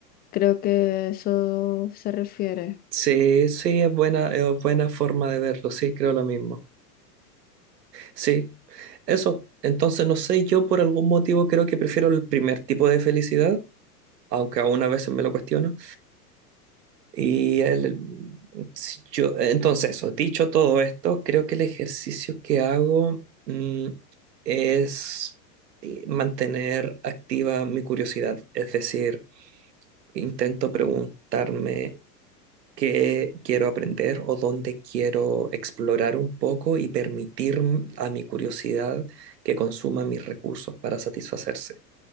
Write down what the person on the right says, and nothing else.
Sí, sí, es buena, es buena forma de verlo, sí, creo lo mismo. Sí, eso. Entonces, no sé, yo por algún motivo creo que prefiero el primer tipo de felicidad, aunque aún a veces me lo cuestiono. Y el- si yo, entonces, eso, dicho todo esto, creo que el ejercicio que hago mm, es eh, mantener activa mi curiosidad, es decir, intento preguntarme qué quiero aprender o dónde quiero explorar un poco y permitir a mi curiosidad que consuma mis recursos para satisfacerse.